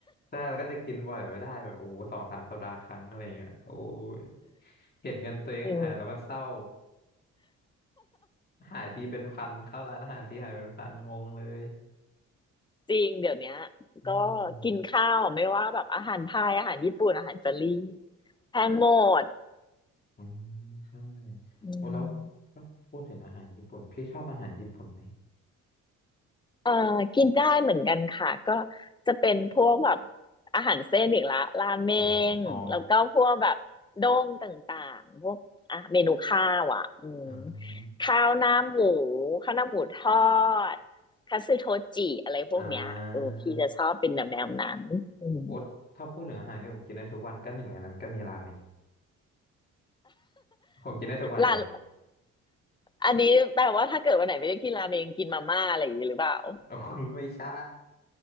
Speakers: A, on the left; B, on the left.
A: ใช่แล้วก็จะกินบ่อยไม่ได้แบบโอ้สองสามสัปดาห์ครั้งอะไรเงี้ยโอ้ยเห็นเงินตัวเองหายแล้วมันเศร้า
B: <laughs> อืม
A: หายทีเป็นพันเข้าร้านอาหารทีหายเป็นพันงงเลย
B: จริงเดี๋ยวเนี้ย
A: อืม
B: ก็กินข้าวไม่ว่าแบบอาหารไทยอาหารญี่ปุ่นอาหารอิตาลีแพงหมด
A: อืมใช่
B: อืม
A: โอ้แล้วถ้าพูดถึงอาหารญี่ปุ่นพี่ชอบอาหารญี่ปุ่นไหม
B: เอ่อกินได้เหมือนกันค่ะก็จะเป็นพวกแบบอาหารเส้นอีกละราเมงแล้วก็พวกแบบโด้งต่างๆพวกอ่ะเมนูข้าวอ่ะอืม
A: นะารเป็นอ๋ออ่า
B: ข้าวหน้าหมูข้าวหน้าหมูทอดคัตสึโทจิอะไรพวกเนี้ยเออพี่จะชอบเป็นแนวแนวนั้นอืม
A: อ่า โอ๊ตถ้าพูดถึงอาหารที่ผมกินได้ทุกวันก็หนึ่งในนั้นก็มีราเมงผมกินได้ทุกวันเลย
B: ร้าน
A: <laughs>
B: อันนี้แปลว่าถ้าเกิดวันไหนไม่ได้กินราเมงกินมาม่าอะไรอย่างนี้หรือเปล่า
A: โอ้โหไม่ใช่